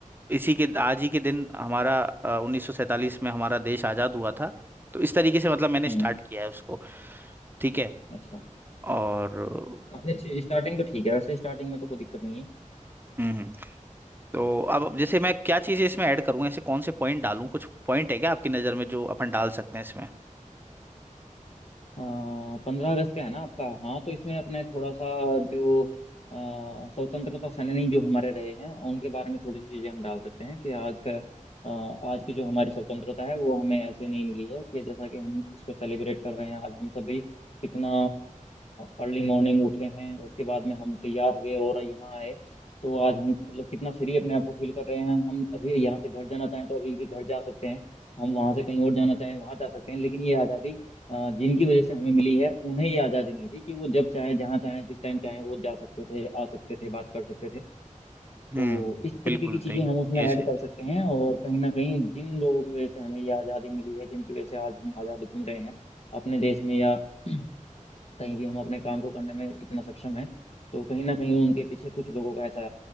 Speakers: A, on the right; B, on the left.
A: इसी के आज ही के दिन हमारा अ, 1947 में हमारा देश आज़ाद हुआ था तो इस तरीके से मतलब मैंने
B: हम्म,
A: स्टार्ट किया है उसको ठीक है
B: अच्छा
A: और हम्म
B: काफी अच्छी स्टार्टिंग तो ठीक है वैसे स्टार्टिंग में तो कोई दिक्कत नहीं है
A: हम्म। तो अब जैसे मैं क्या चीजें इसमें ऐड करूँ ऐसे कौन से पॉइंट डालूं कुछ पॉइंट है क्या आपकी नजर में जो अपन डाल सकते हैं इसमें
B: पंद्रह अगस्त का है ना आपका हाँ तो इसमें अपने थोड़ा सा जो अ, स्वतंत्रता सेनानी जो हमारे रहे हैं उनके बारे में थोड़ी सी चीजें हम डाल सकते हैं कि आज का अ, आज की जो हमारी स्वतंत्रता है वो हमें ऐसे नहीं मिली है कि जैसा कि हम इसको सेलिब्रेट कर रहे हैं आज हम सभी कितना अर्ली मॉर्निंग उठे हैं उसके बाद में हम तैयार हुए और यहाँ आए तो आज हम मतलब कितना फ्री अपने आप को फील कर रहे हैं हम अभी यहाँ से घर जाना चाहें तो अभी भी घर जा सकते हैं हम वहां से कहीं और जाना चाहें वहां जा सकते हैं लेकिन ये आज़ादी अ, जिनकी वजह से हमें मिली है उन्हें ये आज़ादी नहीं थी कि वो जब चाहे जहाँ चाहे जिस टाइम चाहे वो जा सकते थे आ सकते थे बात कर सकते थे
A: हम्म
B: तो इस तरीके
A: बिल्कुल
B: की चीज़ें
A: नहीं
B: हम उसमें
A: ये
B: ऐड
A: सही
B: कर
A: है।
B: सकते हैं और कहीं ना कहीं जिन लोगों की वजह से हमें ये आज़ादी मिली है जिनकी वजह से आज हम आज़ाद घूम रहे हैं अपने देश में या कहीं भी हम अपने काम को करने में इतना सक्षम है तो कहीं ना कहीं उनके पीछे कुछ लोगों का ऐसा